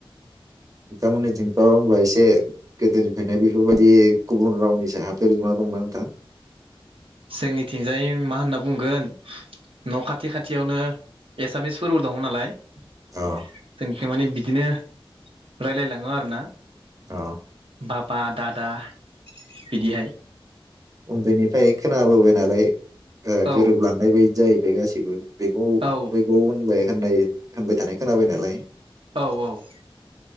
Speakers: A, on the right; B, on the right.
A: नोंथांमोननिथिंथ' होमबा एसे गोदोनिफ्रायनो बेफोरबायदि गुबुन रावनिसो हाबदेरजोबना दंना नोंथां?
B: जोंनिथिंजाय मा होनना बुंगोन न' खाथि खाथियावनो एसामिस फोरबो दङ नालाय। <inaudible>
A: अ
B: जोंनिखै माने बिदिनो रायलायलाङो आरो ना।
A: औ
B: बाबा दादा बिदिहाय
A: उन्दैनिफ्राय खोनाबोबाय नालाय ओ
B: औ
A: गोरोबलांनाय बायदि जायो बेगासिबो बेखौ
B: औ
A: बैखौ होननाय होननायै होनबाय थानाय खोनाबाय नालाय
B: औ औ <inaudible>